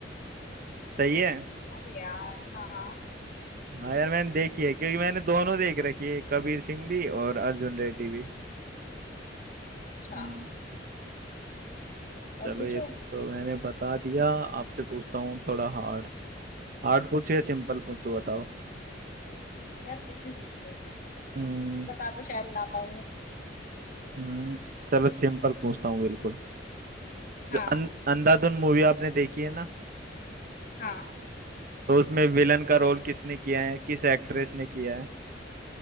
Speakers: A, on the right; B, on the left.
A: <laughs> सही है
B: अरे यार हाँ
A: हाँ यार मैंने देखी है क्योंकि मैंने दोनों देख रखी है कबीर सिंह भी और अर्जुन रेड्डी भी
B: अच्छा
A: हम्म
B: और
A: चलो
B: पूछो
A: ये तो मैंने बता दिया आपसे पूछता हूँ थोड़ा हार्ड हार्ड पूछो या सिंपल पूछो बताओ
B: यार कुछ भी पूछ लो
A: हम्म
B: बता तो शायद ना पाऊं
A: हम्म चलो सिंपल पूछता हूँ बिल्कुल
B: हाँ
A: जो अं, अंधाधुन मूवी आपने देखी है ना
B: हाँ
A: तो उसमें विलन का रोल किसने किया है किस एक्ट्रेस ने किया है